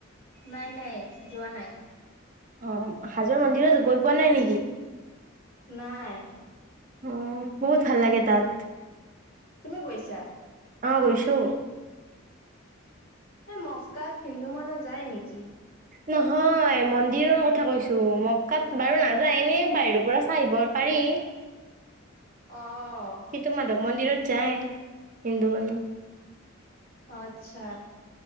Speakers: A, on the left (about 45°); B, on the right (about 40°).
A: নাই নাই, যোৱা নাই।
B: অ, হাজোৰ মন্দিৰত গৈ পোৱা নাই নেকি?
A: নাই।
B: অ, বহুত ভাল লাগে তাত।
A: তুমি গৈছা?
B: অ গৈছো।
A: এ মস্কাত হিন্দু মানুহ যায় নেকি?
B: নহয় মন্দিৰৰ কথা কৈছো, মকাত বাৰু নাযায়, এনে বাহিৰৰ পৰা চাই আহিব পাৰি।
A: অ'হ।
B: টো মাধৱ মন্দিৰত যায়, হিন্দু মানুহ।
A: আচ্ছা।